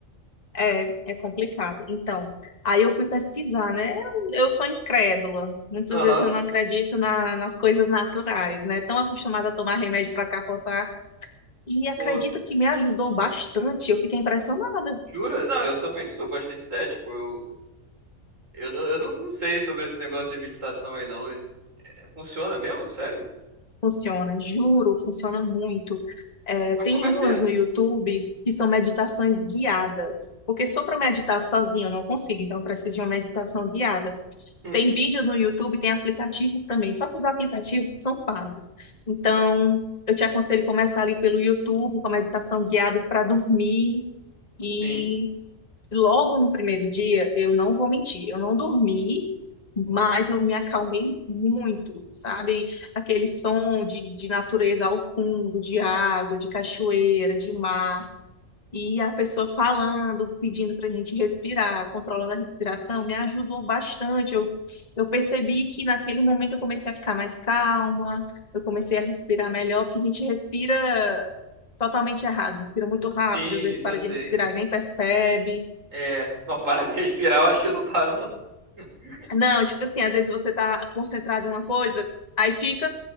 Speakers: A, on the left; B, on the right.
A: É, é complicado. Então, aí eu fui pesquisar, né? Eu, eu sou incrédula. Muitas
B: Aham,
A: vezes eu não acredito na- nas coisas naturais, né? Tão acostumada a tomar remédio para capotar. E acredita
B: pô.
A: que me ajudou bastante. Eu fiquei impressionada.
B: Jura? Não, eu também sou bastante cético. Eu, eu, não, eu não, não sei sobre esse negócio de meditação aí, não. É- Funciona mesmo? Sério?
A: Funciona, juro, funciona muito. É,
B: Mas
A: tem
B: como é
A: umas
B: que é?
A: no YouTube que são meditações guiadas. Porque se for para meditar
B: Hum,
A: sozinha, eu não consigo. Então, eu preciso de uma meditação guiada.
B: hum,
A: Tem vídeos no YouTube, tem aplicativos também, só que os aplicativos são pagos. Então, eu te aconselho começar ali pelo YouTube, com a meditação guiada para dormir. E
B: sim,
A: logo no primeiro dia, eu não vou mentir, eu não dormi, mas eu me acalmei muito, sabe? Aquele som de, de natureza ao fundo, de água, de cachoeira, de mar. E a pessoa falando, pedindo para a gente respirar, controlando a respiração, me ajudou bastante. Eu, eu percebi que naquele momento eu comecei a ficar mais calma, eu comecei a respirar melhor, porque a gente respira totalmente errado, respira muito rápido,
B: sim,
A: às vezes
B: isso
A: para
B: eu sei.
A: de respirar e nem percebe.
B: É, não, <laughs> para de respirar, eu acho que eu não paro, não. <laughs>
A: Não, tipo assim, às vezes você está concentrado em uma coisa, aí fica,